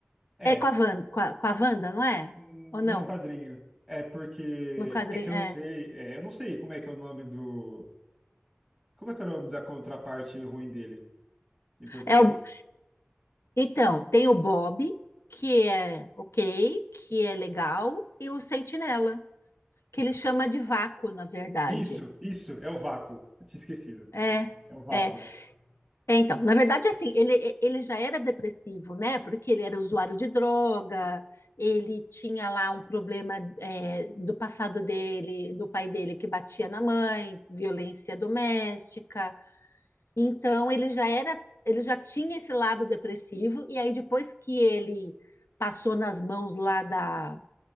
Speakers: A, in the centre; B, on the left.
A: É.
B: é com a Wanda, com a, com a Wanda, não é?
A: hum,
B: Ou não?
A: Não é quadrinho. É porque.
B: No quadrinho,
A: É que eu
B: é.
A: não sei. é, eu não sei como é que é o nome do. Como é que é o nome da contraparte ruim dele em português?
B: É o, então, tem o Bob, que é ok, que é legal, e o sentinela, que ele chama de vácuo, na verdade.
A: Isso, isso, é o vácuo. Eu tinha esquecido.
B: É,
A: É o vácuo.
B: é. É, então, na verdade, assim, ele, ele já era depressivo, né? Porque ele era usuário de droga, ele tinha lá um problema, é, do passado dele, do pai dele que batia na mãe, violência doméstica. Então, ele já era, ele já tinha esse lado depressivo, e aí depois que ele passou nas mãos lá da,